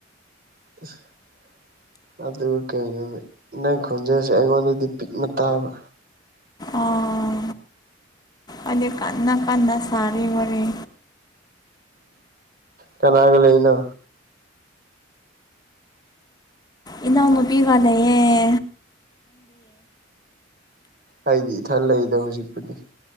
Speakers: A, on the right; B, on the left.
A: <inaudible> ꯑꯗꯨ ꯀꯩꯅꯣꯅꯦ ꯅꯪ ꯈꯣꯟꯖꯦꯜꯁꯦ ꯑꯩꯉꯣꯟꯗꯗꯤ ꯄꯤꯛꯅ ꯇꯥꯕ꯫
B: ꯑꯣ ꯑꯩꯗꯤ ꯀꯥꯟꯅ ꯀꯥꯟꯅ ꯁꯥꯔꯤ ꯋꯥꯔꯤ꯫
A: ꯀꯅꯥꯒ ꯂꯩꯔꯤꯅꯣ꯫
B: ꯏꯅꯥꯎ ꯅꯨꯄꯤ ꯒ ꯂꯩꯩꯌꯦ꯫
A: ꯑꯩꯗꯤ ꯏꯊꯟ ꯂꯩꯗ ꯍꯧꯖꯤꯛꯄꯨꯗꯤ꯫